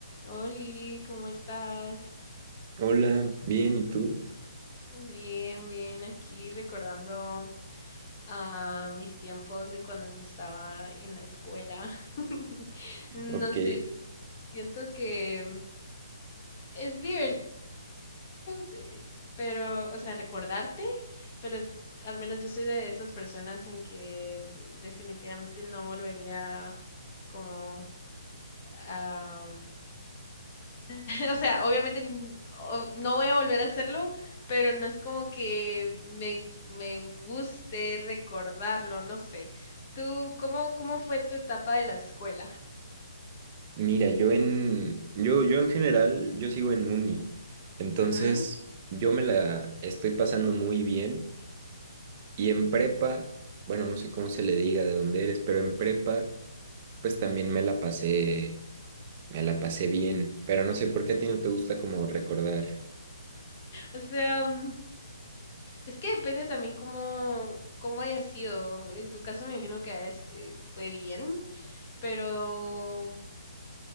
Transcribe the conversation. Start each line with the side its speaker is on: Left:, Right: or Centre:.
Left: Oli, ¿cómo estás?
Right: Hola, bien, ¿y tú?
Left: Bien, bien, aquí recordando a mis tiempos de cuando estaba en la escuela. <laughs> No
Right: Ok,
Left: sé, siento que es divertido, de- pero, o sea, recordarte, pero es- al menos yo soy de esas personas en que definitivamente no volvería como a <laughs> O sea, obviamente n- o- no voy a volver a hacerlo, pero no es como que me, me guste recordarlo, no sé. ¿Tú cómo, cómo fue tu etapa de la escuela?
Right: mira, yo en, yo, yo en general, yo sigo en uni, entonces
Left: Ujú.
Right: yo me la estoy pasando muy bien y en prepa, bueno, no sé cómo se le diga de dónde eres, pero en prepa, pues también me la pasé, me la pasé bien, pero no sé por qué a ti no te gusta como recordar.
Left: O sea, mm, es que depende también cómo, cómo haya sido. En tu caso me imagino que es, eh, fue bien, pero mm,